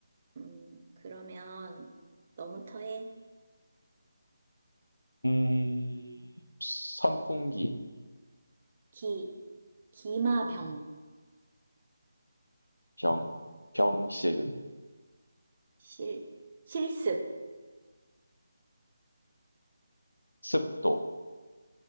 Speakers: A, on the right (about 35°); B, on the left (about 80°).
A: 음, 그러면 너부터 해.
B: 음. 선풍기.
A: 기, 기마병,
B: 음. 병, 병실,
A: 실, 실습,
B: 습도,